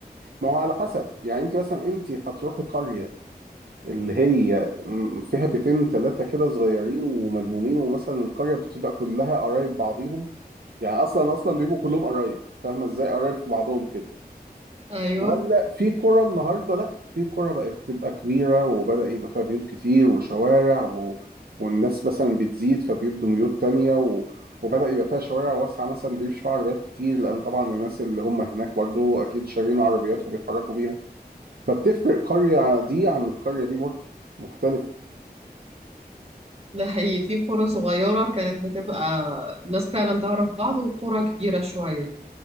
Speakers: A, on the right; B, on the right.
A: ما هو على حسب يعني انت مثلا انت هتروحي قرية اللي هي م- فيها بيتين تلاتة كده صغيرين وملمومين ومثلا القرية بتبقى كلها قرايب بعضيهم يعني اصلا اصلا بيبقوا كلهم قرايب فاهمه ازاي قرايب في بعضهم كده
B: ايوه
A: ولا في قرى النهارده لا في قرى بقت تبقى كبيره وبدأ يبقى فيها بيوت كتير وشوارع و... والناس مثلا بتزيد فبيبدوا بيوت تانية و... وبدأ يبقى فيها شوارع واسعه مثلا بيمشي فيها عربيات كتير لان طبعا الناس اللي هم هناك برضو اكيد شارين عربيات وبيتحركوا بيها فبتفرق قريه دي عن القريه دي برضو مختلفه
B: ده حقيقي في قرى صغيره كانت بتبقى الناس فعلا تعرف بعض وقرى كبيره شويه